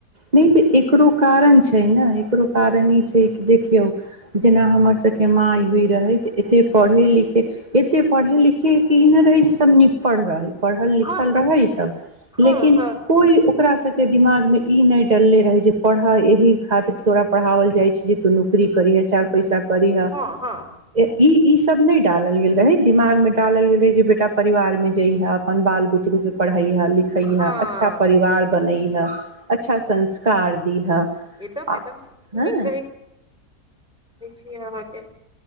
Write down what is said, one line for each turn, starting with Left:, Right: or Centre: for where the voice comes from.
Right: नहि तऽ एकरो कारण छै ने ककरो कारण ई छै कि देखियौ जेना हमर सबके माँई उईी रहै एते पढ़े लिखे एते पढ़े लिखैके ई नहि रहै जे सभ नि पढ़ रहै पढ़ल लिखल
Centre: हँ
Right: रहै ई सब
Centre: हँ
Right: लेकिन
Centre: हँ
Right: कोइ ओकरा सबके दिमागमे ई नहि डरले रहै जे पढ़ एहि खातिर तोरा पढ़ाओल जाइ छै जे तू नौकरी करिहे चारि पैसा करह
Centre: हँ हँ
Right: ए इ इ सब न डालल गेल रहे दिमाग में डालल गेल रहे जे बेटा परिवार में जई हा अपन बाल बुतरु के पढ़ा पढैय लिखै है
Centre: हँ
Right: अच्छा परिवार बनै है अच्छा संस्कार दीहे
Centre: एकदम
Right: आ
Centre: एकदम
Right: हँ
Centre: नै कहै छैये आहाँ के